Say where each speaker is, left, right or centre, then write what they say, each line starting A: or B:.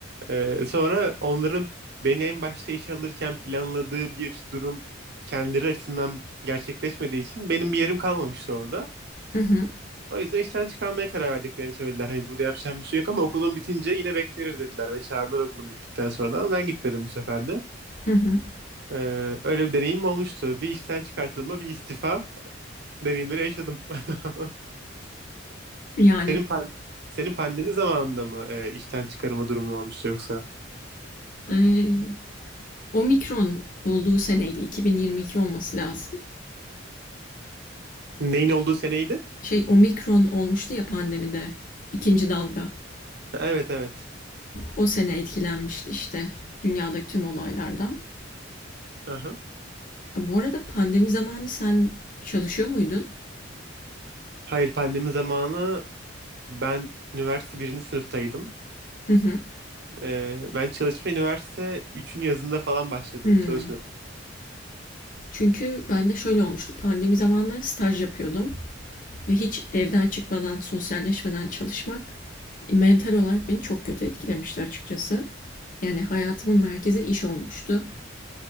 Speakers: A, on the right; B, on the left.
A: Eee, sonra onların beni en başta işe alırken planladığı bir durum kendileri açısından gerçekleşmediği için benim bir yerim kalmamıştı orada.
B: hı hı,
A: O yüzden işten çıkarmaya karar verdiklerini söylediler. Hani burada yapacağım bir şey yok ama okulun bitince yine bekleriz dediler ve çağırdılar okulun bittikten sonra ama ben gitmedim bu sefer de.
B: hı hı.
A: Ee, öyle bir deneyim olmuştu. Bir işten çıkartılma, bir istifa deneyimleri yaşadım. <laughs>
B: Yani
A: Senin pan senin pandemi zamanında mı e, işten çıkarma durumu olmuştu yoksa?
B: eee Omikron olduğu seneydi 2022 olması lazım.
A: Neyin olduğu seneydi?
B: Şey Omikron olmuştu ya pandemide ikinci dalga.
A: Evet evet.
B: O sene etkilenmişti işte dünyadaki tüm olaylardan.
A: Aha.
B: Bu arada pandemi zamanı sen çalışıyor muydun?
A: Hayır pandemi zamanı ben üniversite birinci sınıftaydım.
B: Hı hı.
A: Ee, ben çalışma üniversite üçün yazında falan başladım.
B: Hmm.
A: Çalışma
B: Çünkü ben de şöyle olmuştu. Pandemi zamanları staj yapıyordum ve hiç evden çıkmadan, sosyalleşmeden çalışmak mental olarak beni çok kötü etkilemişti açıkçası. Yani hayatımın merkezi iş olmuştu.